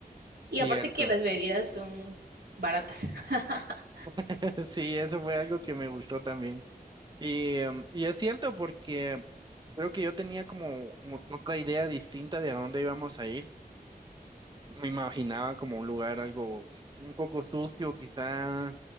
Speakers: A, on the right; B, on the right.
A: Cierto,
B: Y aparte que las bebidas son baratas. <laughs>
A: <laughs> sí, eso fue algo que me gustó también. Y, em, y es cierto porque creo que yo tenía como o- otra idea distinta de a dónde íbamos a ir. me imaginaba como un lugar algo un poco sucio, quizá